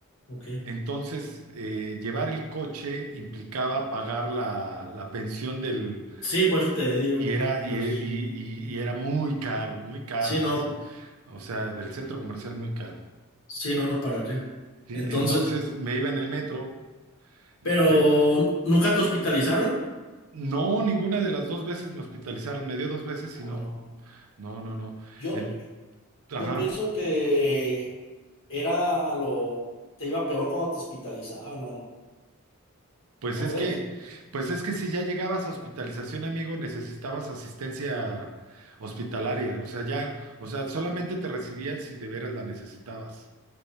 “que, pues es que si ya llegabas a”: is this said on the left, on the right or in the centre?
Right